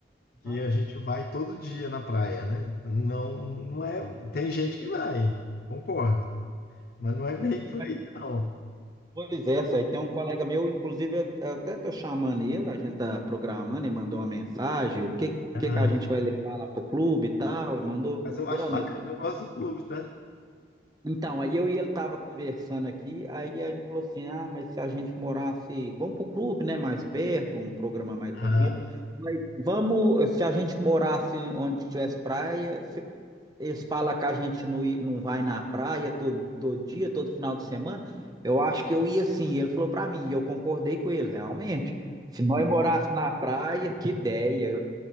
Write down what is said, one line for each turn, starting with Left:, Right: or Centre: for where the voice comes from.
Left: que
Right: Aham,
Left: a gente vai todo dia na praia, né? Não, não é, tem gente que vai, concordo, mas não é
Right: uhum.
Left: bem por aí, não.
Right: Pois é, aí tem um colega meu, inclusive eu eu até tô chamando ele, a gente tá programando, ele mandou uma mensagem, o que
Left: Aham.
Right: que, que a gente vai levar lá pro clube e tal, e mandou
Left: Mas eu
Right: segurar
Left: acho bacana,
Right: mesmo.
Left: eu gosto do clube, tá?
Right: Então, aí eu e ele tava conversando aqui, aí a gente falou assim, ah, mas se a gente morasse, vamos pro clube, né, mais perto, um programa mais tranquilo,
Left: Aham.
Right: mas vamos, se a gente morasse onde tivesse praia, eles falam que a gente não, i- não vai na praia todo, todo dia, todo final de semana. Eu acho que eu ia sim. Ele falou pra mim, e eu concordei com ele, realmente. Se nós morássemos na praia, que ideia.